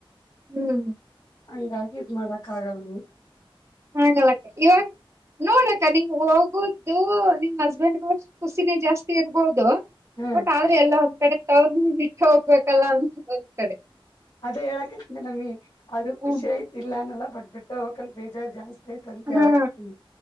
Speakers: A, on the right (about 30°); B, on the left (about 55°).
A: ಹ್ಮ್.
B: ಹಂಗಾಗಿ ಇದ್ ಮಾಡಾಕ್ ಆಗಲ್.
A: ಹಾ ನಮತ್ತೆ ಇವಾಗ. ನೋಡಕ್ಕ ನೀಮ್ ಹೋಗುದು ನಿಮ್ ಹಸ್ಬೆಂಡ್ಗ ಖುಸಿನೇ ಜಾಸ್ತಿ ಇರ್ಬೋದು.
B: ಹಾ
A: ಬಟ್ ಆದ್ರೆ ಎಲ್ಲ ಒಂದ್ ಕಡೆ ತವ್ರ ಇಟ್ಟ ಹೋಗ್ಬೇಕಲ್ಲ ಅನ್ನ ಒಂದ್ ಕಡೆ.
B: ಅದೇ ಹೇಳಕತ್ನ ಅವಿ ಅದು ಖುಷಿ
A: ಹ್ಮ್
B: ಆಯ್ತಿಲ್ಲನಲ್ಲ. ಬಟ್ ಬಿಟ್ಟ ಹೋಗಕ ಬೇಜಾರ್ ಜಾಸ್ತಿ ಆಯ್ತ ಅಂತ ಹೇಳಕ್ತನಿ
A: ಹಾ